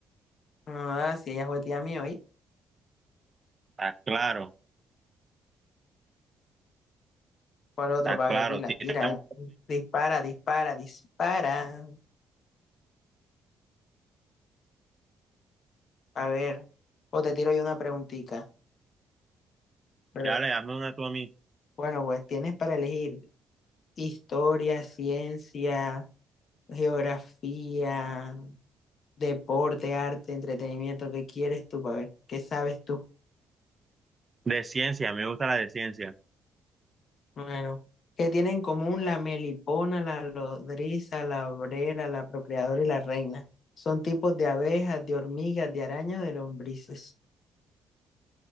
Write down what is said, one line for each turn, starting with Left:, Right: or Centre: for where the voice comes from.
Left: Ah, sí, ella fue tía mía,
Right: Está claro,
Left: ¿Cuál otro
Right: está
Left: para
Right: claro.
Left: ver pila?
Right: Tira
Left: Tira,
Right: un-
Left: dispara, dispara, dispara. A ver, o te tiro yo una preguntita. Pero,
Right: Dale, hazme una tú a mí.
Left: bueno, pues tienes para elegir historia, ciencia, geografía, deporte, arte, entretenimiento. ¿Qué quieres tú para ver? ¿Qué sabes tú?
Right: De ciencia, me gusta la de ciencia.
Left: Bueno, ¿qué tienen en común la melipona, la lodriza, la obrera, la procreadora y la reina? Son tipos de abejas, de hormigas, de arañas, de lombrices.